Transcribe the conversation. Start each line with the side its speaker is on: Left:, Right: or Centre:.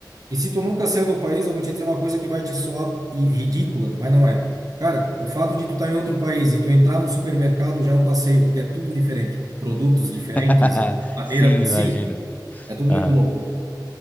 Right: E se tu nunca saiu do país, eu vou te dizer uma coisa que vai te soar i- ridícula, mas não é. Cara, o fato de tu estar em outro país e tu entrar no supermercado já é um passeio, porque é tudo diferente. Produtos diferentes,
Left: <laughs>
Right: maneira.
Left: Sim,
Right: Sim,
Left: imagino.
Right: é tudo
Left: Aham.
Right: muito louco.